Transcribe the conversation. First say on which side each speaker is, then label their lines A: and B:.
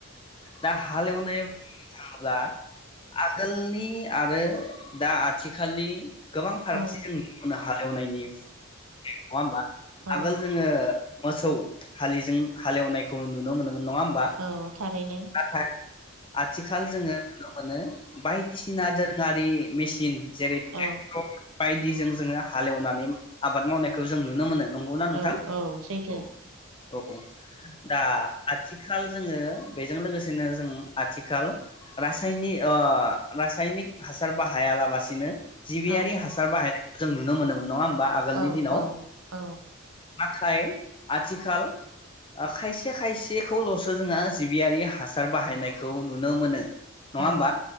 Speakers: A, on the left; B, on the right.
A: दा हालेवनाय बुंनो थाङोब्ला आगोलनि आरो दा आथिखालनि गोबां फारागथि
B: औ
A: जों नु मोननो हालेवनायनि नङा होमबा
B: औ
A: आगोल जोङो मोसौ हालिजों हालेवनायखौ नुनो मोनोमोन नङा होमबा
B: औ थारैनो
A: नाथाय आथिखाल जोङो नुनो मोनो। बायदिसिना दोरोङारि मेसिन जेरै ट्रेक्टर
B: औ
A: बायदिजों जोङो हालेवनानै आबाद मावनायखौ जों नुनो मोनो नंगौ ना नोंथां
B: औ सैथो
A: औ औ दा आथिखाल जोङो बेजों लोगोसेनो जों आथिखाल रासायनि ओ रासायनिक हासार बाहायालाबासिनो जिबियारि
B: औ
A: हासार बाहाय जों नुनो मोनोमोन नङा होमबा आगोलनि
B: औ
A: दिनाव
B: औ औ
A: नाथाय आथिखाल ओ खायसे खायसेखौल'सो जोङो जिबियारि हासार बाहायनायखौ नुनो मोनो। नङा
B: औ
A: होमबा